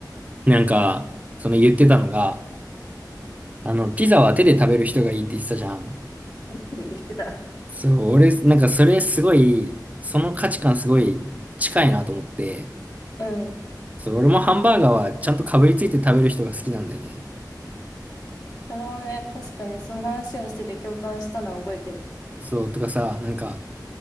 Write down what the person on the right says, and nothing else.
なんか、その言ってたのが、あの、ピザは手で食べる人がいいって言ってたじゃん。
そう、俺、なんかそれすごい、その価値観すごい近いなと思って、
そう、俺もハンバーガーはちゃんとかぶりついて食べる人が好きなんだよね。
そう、とかさ、なんか、